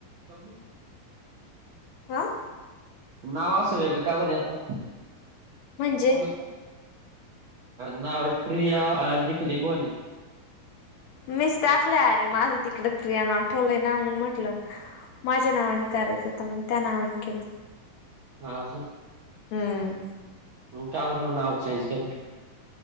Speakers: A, on the right (about 75°); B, on the left (about 70°).
A: दगडु
B: हा
A: नाव असं वेगं काय बर आता
B: म्हणजे
A: कोणाचा नावात प्रिया डीकले कोण आहे.
B: मीच टाकल्या अरे माझं तिकड प्रिया नाव ठेवलंय ना म्हटलं माझ्या नावाने करायचं तर मग त्या नावाने केलं
A: हा झ
B: हम्म
A: हम्म का बर नाव चेंज केलं.